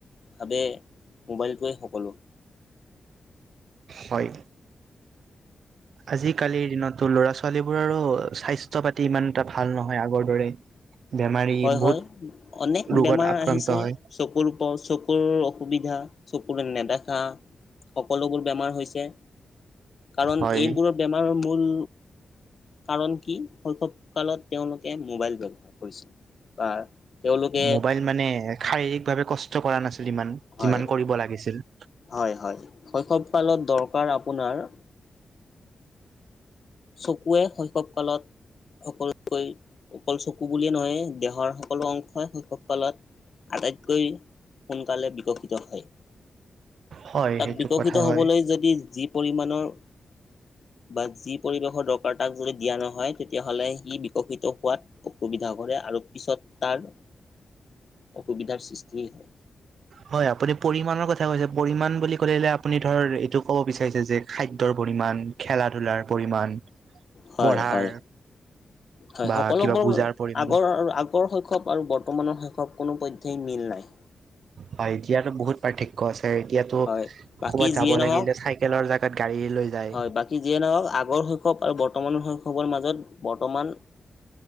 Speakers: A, on the left; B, on the right.
A: ভাৱে মোবাইলটোৱে সকলো।
B: হয়। আজিকালিৰ দিনতটো ল'ৰা ছোৱালীবোৰৰো স্বাস্থ্য পাতি ইমান এটা ভাল নহয় আগৰ দৰে। বেমাৰী
A: হয়
B: বহুত
A: হয় অনেক
B: ৰোগত
A: বেমাৰ
B: আক্ৰান্ত
A: আহিছে
B: হয়।
A: চকুৰ প চকুৰ অসুবিধা চকুৰে নেদেখা। সকলোবোৰ বেমাৰ হৈছে, কাৰণ
B: হয়।
A: এইবোৰৰ বেমাৰৰ মূল। কাৰণ কি শৈশৱ কালত তেওঁলোকে মোবাইল ব্যৱহাৰ কৰিছিল। বা। তেওঁলোকে
B: মোবাইল মানে শাৰীৰিক ভাৱে কষ্ট কৰা নাছিল। ইমান
A: হয়
B: যিমান কৰিব লাগিছিল।
A: হয়- হয় শৈশৱ কালত দৰকাৰ আপোনাৰ। চকুৱে শৈশৱ কালত। সকলোতকৈ অকল চকু বুলিয়ে নহয় দেহৰ সকলো অংশই শৈশৱ কালত। আটাইতকৈ সোনকালে বিকশিত হয়।
B: হয়
A: তাক
B: সেইটো
A: বিকশিত
B: কথা
A: হ'বলৈ
B: হয়।
A: যদি যি পৰিমাণৰ বা যি পৰিৱেশৰ দৰকাৰ তাক যদি দিয়া নহয় তেতিয়াহ'লে সি বিকশিত হোৱাত অসুবিধা কৰে আৰু পিছত তাৰ অসুবিধাৰ সৃষ্টি হয়।
B: হয়। হয় আপুনি পৰিমাণৰ কথা কৈছে পৰিমাণ বুলি কলেযে আপুনি ধৰ এইটো ক'ব বিচাৰিছে যে খাদ্যৰ পৰিমাণ। খেলা -ধূলাৰ পৰিমাণ।
A: হয়-
B: পঢ়াৰ
A: হয় -হয়
B: বা
A: সকলোবোৰ
B: কিবা বুজাৰ পৰিমাণ
A: আগৰ আৰু আগ আগৰৰ শৈশৱ আৰু বৰ্তমানৰ শৈশৱ কোনো পধ্যেই মিল নাই।
B: হয়, এতিয়াতো বহুত পাৰ্থক্য আছে এতিয়াতো
A: হয় বাকী
B: ক'বাত
A: যিয়ে
B: যাব
A: নহওক
B: লাগিলে চাই চাইকেলৰ জাগাত গাড়ী লৈ যায়
A: হয় বাকী যিয়ে নহওঁক আগৰ শৈশৱ আৰু বৰ্তমানৰ শৈশৱৰ মাজত বৰ্তমান